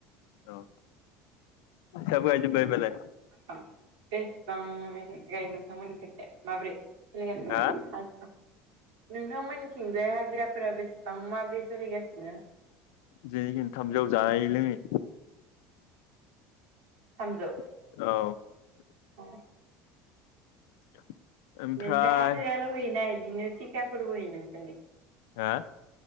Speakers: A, on the left; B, on the right.
A: औ सब गायजोबबाय बालाय
B: औ बेसेबां गायो नोंथांमोननि खैजाय माबोरै सोलिगासिनो
A: हा
B: हाजिरा नोंथांमोननिथिंजाय हाजिराफोरा बेसेबां माब्रै सोलिगासिनो
A: जेखिनि थामजौ जायै लोङै
B: थामजौ
A: औ ।
B: अ
A: <inaudible> ओमफ्राय
B: बेनिफ्राय हाजिराल' होयोना बिदिनो टिखा फोरबो होयो नोंसोरनि
A: हा